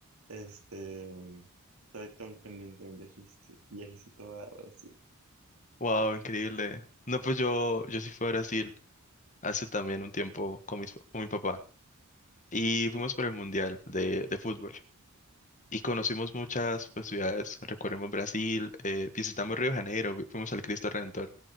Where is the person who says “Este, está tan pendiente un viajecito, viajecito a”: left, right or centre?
Right